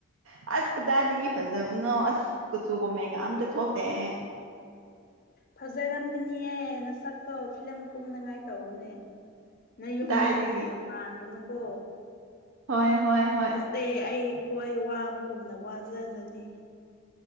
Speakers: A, on the right; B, on the left.
A: ꯑꯁ ꯀꯗꯥꯏꯗꯒꯤ ꯐꯖꯕꯅꯣ ꯑꯁ ꯀꯨꯆꯨ ꯀꯣ ꯃꯦꯟꯒ ꯑꯝꯇ ꯊꯣꯛꯇꯦꯍ
B: ꯐꯖꯔꯝꯒꯅꯤꯌꯦꯅ ꯁꯛꯄꯣ ꯐꯤꯂꯝ ꯀꯨꯝꯅꯉꯥꯏ ꯇꯧꯎꯅꯦ ꯅꯪ ꯌꯨꯝꯗꯣꯡ
A: ꯀꯗꯥꯏꯗꯒꯤ
B: ꯉꯟꯅ ꯄꯥꯟꯒꯅꯨꯀꯣ
A: ꯍꯣꯏ ꯍꯣꯏ ꯍꯣꯏ
B: ꯅꯁꯦ ꯑꯩꯈꯣꯏ ꯋꯥ ꯑꯗꯨꯒꯒꯨꯝꯅ ꯋꯥꯖꯖꯅꯤ